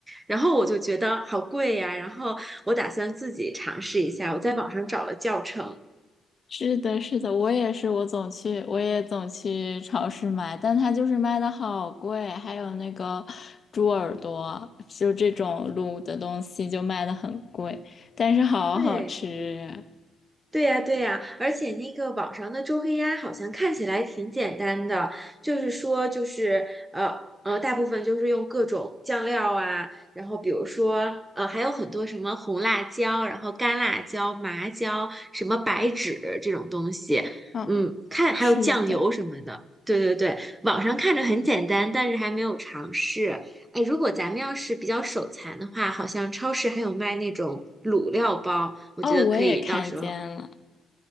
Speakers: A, on the right (about 15°); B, on the left (about 40°).
A: 然后我就觉得好贵呀，然后我打算自己尝试一下，我在网上找了教程。
B: 是的，是的，我也是，我总去，我也总去超市买，但它就是卖的好贵，还有那个猪耳朵，就这种卤的东西就卖的很贵，但是好好吃
A: 对，对呀，对呀，而且那个网上的周黑鸭好像看起来挺简单的，就是说，就是呃呃，大部分就是用各种酱料啊，然后比如说呃，还有很多什么红辣椒，然后干辣椒、麻椒，什么白芷这种东西，
B: 啊。
A: 嗯，
B: 嗯，
A: 看还有酱油什么的。
B: 是的，
A: 对对对，网上看着很简单，但是还没有尝试。哎，如果咱们要是比较手残的话，好像超市还有卖那种卤料包。我觉得可以到时候
B: 哦，我也看见了。